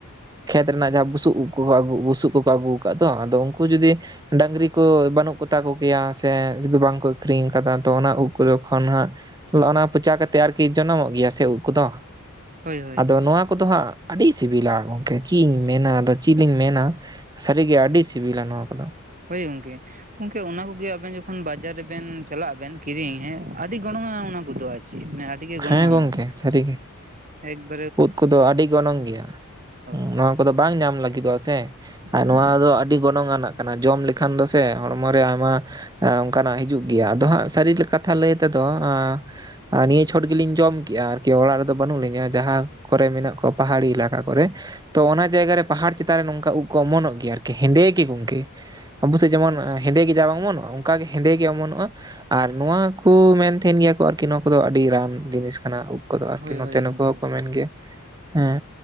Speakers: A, on the right; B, on the right.
A: ᱠᱷᱮᱛ ᱨᱮᱱᱟᱜ ᱡᱟᱦᱟᱸ ᱵᱩᱥᱩᱵ ᱠᱚᱠᱚ ᱵᱩᱥᱩᱵ ᱠᱚᱠᱚ ᱟᱹᱜᱩ ᱟᱠᱟᱫ ᱫᱚ ᱟᱫᱚ ᱩᱱᱠᱩ ᱡᱩᱫᱤ ᱰᱟᱹᱝᱨᱤ ᱠᱚ ᱵᱟᱹᱱᱩᱜ ᱠᱚᱛᱟ ᱠᱚᱜᱮᱭᱟ ᱥᱮ ᱡᱩᱫᱤ ᱵᱟᱝᱠᱚ ᱟᱹᱠᱷᱨᱤᱧ ᱠᱟᱫᱟ ᱛᱚ ᱚᱱᱟ ᱩᱵ ᱠᱚ ᱠᱷᱚᱱ ᱦᱟᱸᱜ ᱚᱱᱟ ᱯᱚᱪᱟ ᱠᱟᱛᱮᱮᱫ ᱟᱨᱠᱤ ᱡᱚᱱᱚᱢᱚᱜ ᱜᱮᱭᱟ ᱥᱮ ᱩᱵ ᱠᱚᱫᱚ
B: ᱦᱳᱭ ᱦᱳᱭ
A: ᱟᱫᱚ ᱱᱚᱣᱟ ᱠᱚᱫᱚ ᱦᱟᱸᱜ ᱟᱹᱰᱤ ᱥᱤᱵᱤᱞᱟ ᱜᱚᱝᱠᱮ ᱪᱮᱫ ᱤᱧ ᱢᱮᱱᱟ ᱟᱫᱚ ᱪᱤᱫᱤᱧ ᱢᱮᱱᱟ ᱥᱟᱹᱨᱤᱜᱮ ᱟᱹᱰᱤ ᱥᱤᱵᱤᱞᱟ ᱱᱚᱣᱟ ᱠᱚᱫᱚ᱾
B: ᱦᱳᱭ ᱜᱚᱝᱠᱮ, ᱜᱚᱝᱠᱮ ᱚᱱᱟ ᱠᱚᱜᱮ ᱟᱵᱮᱱ ᱡᱚᱠᱷᱚᱱ ᱵᱟᱡᱟᱨ ᱨᱮᱵᱮᱱ ᱪᱟᱞᱟᱜ ᱟᱵᱮᱱ ᱠᱤᱨᱤᱧ ᱟᱹᱰᱤ ᱜᱚᱱᱚᱝ-ᱟ ᱚᱱᱟ ᱠᱚᱫᱚ ᱟᱨ ᱪᱮᱫ, ᱟᱰᱤ ᱜᱮ ᱜᱚᱱᱝᱟᱱᱟ
A: ᱦᱮᱸ ᱜᱚᱝᱠᱮ ᱥᱟᱹᱨᱤᱜᱮ
B: ᱮᱵᱟᱨᱮ
A: ᱩᱫ ᱠᱚᱫᱚ ᱟᱹᱰᱤ ᱜᱚᱱᱚᱝ ᱜᱮᱭᱟ᱾
B: ᱦᱳᱭ
A: ᱱᱚᱣᱟ ᱠᱚᱫᱚ ᱵᱟᱝ ᱧᱟᱢ ᱞᱟᱹᱜᱤᱫᱚᱜᱼᱟ ᱥᱮ ᱟᱨ
B: ᱦᱳᱭ
A: ᱱᱚᱣᱟ
B: ᱦᱳᱭ
A: ᱫᱚ ᱟᱹᱰᱤ ᱜᱚᱱᱚᱝ ᱟᱱᱟᱜ ᱠᱟᱱᱟ ᱡᱚᱢ ᱞᱮᱠᱷᱟᱱ ᱫᱚ ᱥᱮ ᱦᱚᱲᱢᱚ ᱨᱮ ᱟᱭᱢᱟ ᱚᱱᱠᱟ ᱱᱟᱜ ᱦᱤᱡᱩᱜ ᱜᱮᱭᱟ ᱟᱫᱚ ᱦᱟᱸᱜ ᱥᱟᱹᱨᱤ ᱠᱟᱛᱷᱟ ᱞᱟᱹᱭ ᱛᱮᱫᱚ ᱟᱨ ᱱᱤᱭᱟᱹ ᱪᱷᱚᱴ ᱜᱮᱞᱤᱧ ᱡᱚᱢ ᱠᱮᱜᱼᱟ ᱟᱨᱠᱤ ᱚᱲᱟᱜ ᱨᱮᱫᱚ ᱵᱟᱹᱱᱩᱜ ᱞᱤᱧᱟ, ᱡᱟᱦᱟᱸ ᱠᱚᱨᱮ ᱢᱮᱱᱟᱜ ᱠᱚᱣᱟ ᱯᱟᱦᱟᱲᱤ ᱮᱞᱟᱠᱟ ᱠᱚᱨᱮ, ᱛᱚ ᱚᱱᱟ ᱡᱟᱭᱜᱟ ᱨᱮ ᱯᱟᱦᱟᱲ ᱪᱮᱛᱟᱱ ᱨᱮ ᱱᱚᱝᱠᱟ ᱩᱵ ᱠᱚ ᱚᱢᱚᱱᱚᱜ ᱜᱮᱭᱟ ᱟᱨᱠᱤ ᱦᱮᱸᱫᱮ ᱜᱮ ᱜᱚᱢᱠᱮ᱾ ᱟᱵᱚ ᱥᱮᱫ ᱡᱮᱢᱚᱱ
B: ᱟᱪᱪᱷᱟ
A: ᱦᱮᱸᱫᱮ ᱜᱮ <inaudible> ᱚᱱᱢᱚᱱᱚᱜᱼᱟ ᱚᱱᱠᱟᱜ ᱜᱮ ᱦᱮᱸᱫᱮ ᱜᱮ ᱚᱢᱚᱱᱚᱜᱼᱟ᱾ ᱟᱨ ᱱᱚᱣᱟ ᱠᱚ ᱢᱮᱱ ᱛᱟᱦᱮᱱ ᱜᱮᱭᱟ ᱠᱚ ᱟᱨᱠᱤ ᱱᱚᱣᱟ ᱠᱚᱫᱚ ᱟᱹᱰᱤ ᱨᱟᱱ ᱡᱤᱱᱤᱥ ᱠᱟᱱᱟ ᱩᱵ ᱠᱚᱫᱚ ᱟᱨᱠᱤ
B: ᱦᱳᱭ
A: ᱱᱚᱛᱮ
B: ᱦᱳᱭ ᱜᱚᱝᱠᱮ
A: ᱱᱩᱠᱩ ᱜᱮ ᱦᱮᱸ